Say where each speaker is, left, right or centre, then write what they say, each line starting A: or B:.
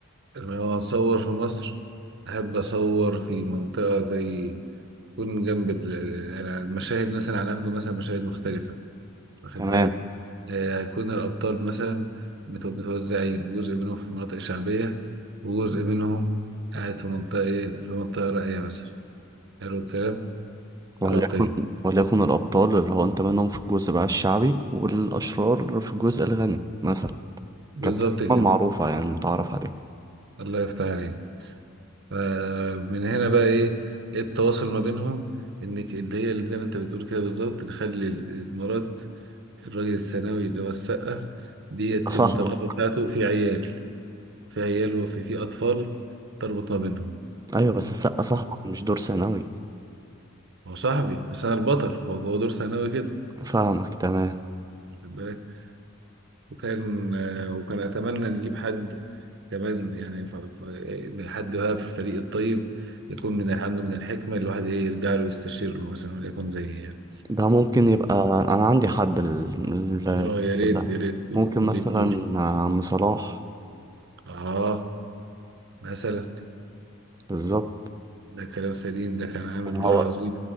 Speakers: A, on the right; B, on the right.
A: لما هو أصور في مصر أحب أصور في منطقة زي يكون جنب ال- يعني المشاهد مثلا هناخده مثلا مشاهد مختلفة واخد
B: تمام
A: بالك آه، هيكون الأبطال مثلا مت- متوزعين جزء منهم في مناطق شعبية وجزء منهم قاعد في منطقة إيه في منطقة راقية مثلا حلو الكلام
B: وليكن
A: راقية
B: وليكن الأبطال اللي هو أنت منهم في الجزء بقى الشعبي والأشرار في الجزء الغني مثلا
A: بالظبط
B: كانت الأسماء
A: كده
B: المعروفة يعني المتعارف عليها
A: الله يفتح عليك فمن هنا بقى إيه إيه التواصل ما بينهم إنك اللي هي اللي زي ما أنت بتقول كده بالظبط نخلي المرات الراجل الثانوي اللي هو السقة ديت
B: صاحبك
A: المطلقة بتاعته في عيال في عيال وفي في أطفال تربط ما بينهم
B: أيوه بس السقا صاحبك مش دور ثانوي
A: هو صاحبي بس انا البطل هو هو دور ثانوي كده
B: فاهمك تمام
A: واخد بالك وكان آه، وكان اتمنى نجيب حد كمان يعني ف- ف- من حد بقى في الفريق الطيب يكون من الحمد من الحكمه الواحد ايه يرجع له يستشير له مثلا وليكن زي يعني
B: ده ممكن يبقى أنا عندي حد ال-
A: اه
B: ال-
A: يا ريت
B: ده
A: يا ريت
B: ممكن
A: تضيف
B: مثلا
A: دور
B: عم صلاح
A: اه مثلا
B: بالظبط
A: ده كلام سليم ده كان عامل
B: إن
A: دور
B: هو
A: عظيم